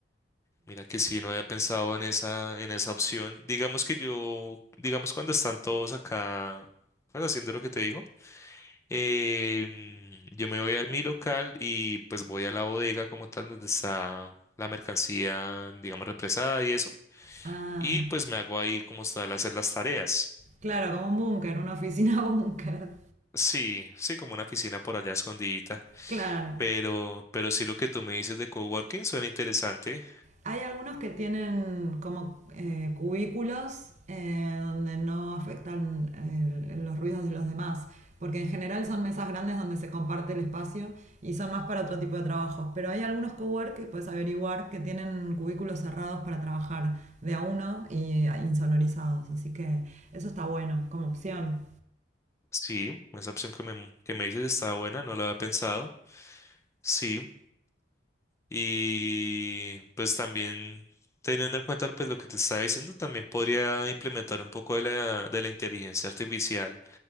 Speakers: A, on the left; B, on the right.
A: Mira que sí, no había pensado en esa, en esa opción. Digamos que yo, digamos cuando están todos acá, pues, haciendo lo que te digo, eh, yo me voy a mi local y pues voy a la bodega como tal donde está la mercancía, digamos, represada y eso.
B: Ah,
A: Y pues me hago ahí como tal hacer las tareas.
B: claro, como un búnker, una oficina <laughs> búnker.
A: Sí, sí, como una oficina por allá escondidita.
B: Claro.
A: Pero, pero sí lo que tú me dices de coworking suena interesante.
B: Hay algunos que tienen como eh, cubículos eh, donde no afectan el- los ruidos de los demás, porque en general son mesas grandes donde se comparte el espacio y son más para otro tipo de trabajos. Pero hay algunos cowork que puedes averiguar que tienen cubículos cerrados para trabajar de a uno y eh, insonorizados, así que eso está bueno como opción.
A: Sí, esa opción que me, que me dices está buena, no la había pensado. Sí, y pues también teniendo en cuenta pues lo que te estaba diciendo, también podría implementar un poco de la, de la inteligencia artificial.